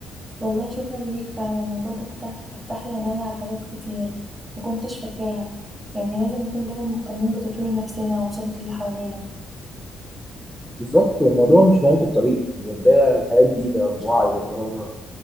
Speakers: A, on the right; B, in the centre.
A: والله شكرا ليك فعلا الموضوع ده فتح فتح لي عينيا على حاجات كتير مكنتش فاكراها يعني لازم نكون دايما مهتمين بتطوير نفسنا ومساعدة اللي حوالينا
B: بالظبط والموضوع مش نهاية الطريق هي بداية لحياة جديدة بوعي وإرادة